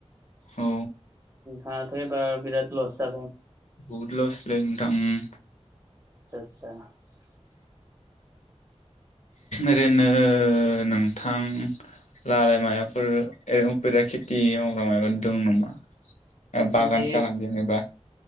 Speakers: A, on the left (about 85°); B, on the right (about 25°).
A: औ।
B: हाथाइबा बिराद लस जा
A: बहुत लसालै नोंथां उम।
B: <unintelligible>
A: ओरैनो नोंथां लालाय मायाफोर ओ उफेरा खेथि मावग्रा माबा दों नामा बागान
B: बिदि
A: सागान जेनेबा